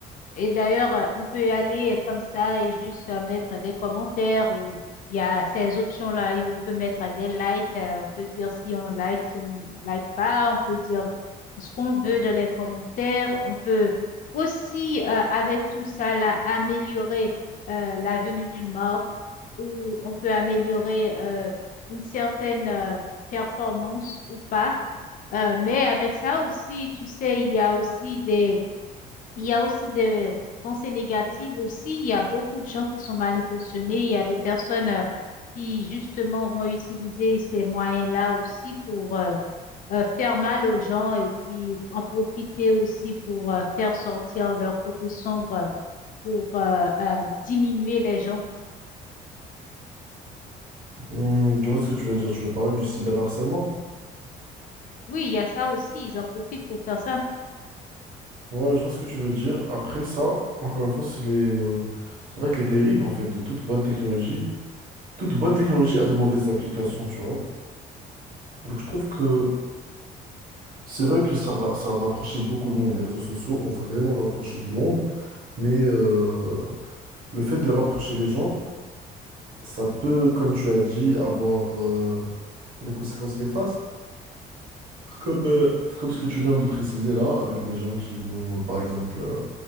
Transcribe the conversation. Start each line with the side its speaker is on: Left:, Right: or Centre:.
Left: Et d'ailleurs, euh, on peut y aller comme ça et juste euh, mettre des commentaires ou il y a ces options-là et on peut mettre des likes. euh, On peut dire si on like, si on like pas. On peut dire ce qu'on veut dans les commentaires. On peut aussi, euh, avec tout ça, là, améliorer euh, la venue d'une marque ou on peut améliorer euh, une certaine euh, performance ou pas. Euh, mais avec ça aussi, tu sais, il y a aussi des il y a aussi des pensées négatives aussi. Il y a beaucoup de gens qui sont mal intentionnés. Il y a des personnes euh, qui justement vont utiliser ces moyens-là aussi pour euh, euh, faire mal aux gens et puis en profiter aussi pour euh, faire sortir leur côté sombre euh, pour euh, euh, diminuer les gens.
Right: Hmm, je vois ce que tu veux dire. Tu veux parler du cyberharcèlement?
Left: Oui, il y a ça aussi. Ils en profitent pour faire ça.
Right: Ouais, je vois ce que tu veux dire. Après ça, encore une fois, c'est les, euh, c'est vrai que les dérives en fait de toute bonne technologie, toute bonne technologie a de mauvaises applications, tu vois. Donc je trouve que c'est vrai que ça, ra- ça a rapproché beaucoup de monde. Les réseaux sociaux ont vraiment rapproché du monde, mais euh, le fait de rapprocher les gens, ça peut, comme tu as dit, avoir euh, a des conséquences néfastes. Comme, euh, comme ce que tu viens de préciser là, avec des gens qui vont, euh, par exemple, euh,